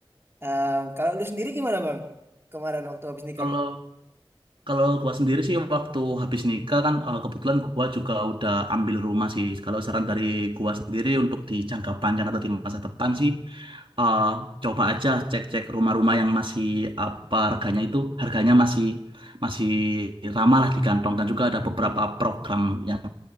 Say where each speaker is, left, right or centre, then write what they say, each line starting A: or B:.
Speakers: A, on the right; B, on the right.
A: Eh, kalau lu sendiri gimana bang? Kemarin waktu habis nikah.
B: Kalau Kalau gua sendiri sih waktu habis nikah kan eh, kebetulan gua juga udah ambil rumah sih. Kalau saran dari gua sendiri untuk di jangka panjang atau di masa depan sih eh, coba aja cek-cek rumah-rumah yang masih apa harganya itu harganya masih masih ramah lah di kantong dan juga ada beberapa program yang